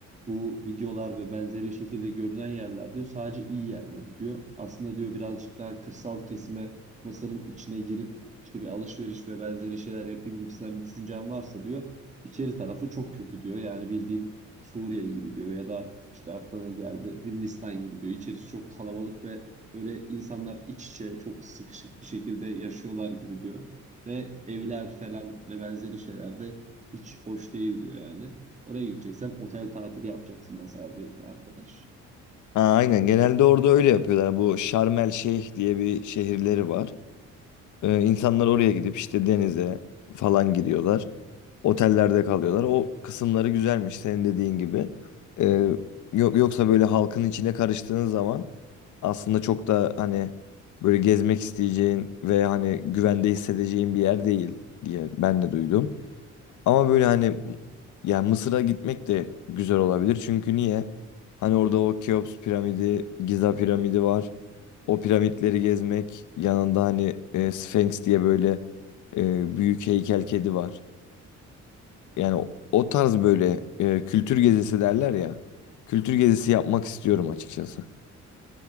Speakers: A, on the right; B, on the left.
A: bu videolar ve benzeri şekilde görünen yerler diyor sadece iyi yerleri diyor. Aslında diyor birazcık daha kırsal kesime Mısır'ın içine girip işte bir alışveriş ve benzeri şeyler yapayım gibisinden bir düşüncen varsa diyor içeri tarafı çok kötü diyor. Yani bildiğin Suriye gibi diyor ya da işte aklına ne geldi Hindistan gibi diyor. İçerisi çok kalabalık ve böyle insanlar iç içe çok sıkışık bir şekilde yaşıyorlar gibi diyor. Ve evler falan ve benzeri şeyler de hiç hoş değil diyor yani. Oraya gideceksen otel tatili yapacaksın mesela dedi arkadaş.
B: Ha, aynen genelde orada öyle yapıyorlar. Bu şarmel El Şeyh diye bir şehirleri var. Ee, insanlar oraya gidip işte denize falan gidiyorlar. Otellerde kalıyorlar. O kısımları güzelmiş senin dediğin gibi. Ee, yok yoksa böyle halkın içine karıştığın zaman aslında çok da hani böyle gezmek isteyeceğin ve hani güvende hissedeceğin bir yer değil diye ben de duydum. Ama böyle hani yani Mısır'a gitmek de güzel olabilir. Çünkü niye? Hani orada o Keops piramidi, Giza piramidi var. O piramitleri gezmek, yanında hani e, Sphinx diye böyle e, büyük heykel kedi var. Yani o, o tarz böyle e, kültür gezisi derler ya. Kültür gezisi yapmak istiyorum açıkçası.